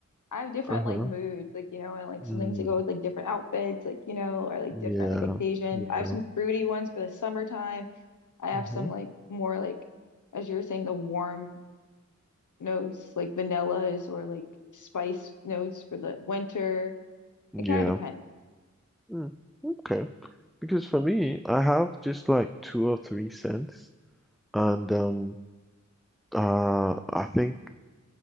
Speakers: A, on the left (about 85°); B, in the centre.
A: I have different
B: uh-huh.
A: like moods, like you know, and like
B: Mm,
A: sometimes I go with like different outfits, like you know, or like different
B: yeah,
A: like occasions.
B: yeah,
A: I have some fruity ones for the summertime. I have
B: hmm
A: some like more like as you were saying, the warm notes like vanillas or like spice notes for the winter.
B: yeah.
A: It kind of depends.
B: Mm, okay. Because for me, I have just like two or three cents, and um, uh, I think